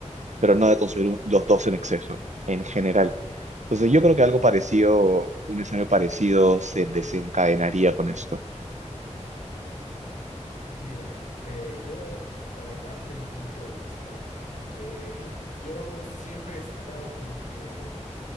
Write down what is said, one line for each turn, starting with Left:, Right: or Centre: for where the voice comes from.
Right: pero no de consumir un- los dos en exceso, en general. Entonces, yo
Left: Ya,
Right: creo que algo parecido, un escenario parecido se desencadenaría con esto.
Left: ya. Mira, eh, yo, para darte mi punto de vista, eh, yo siempre he estado como que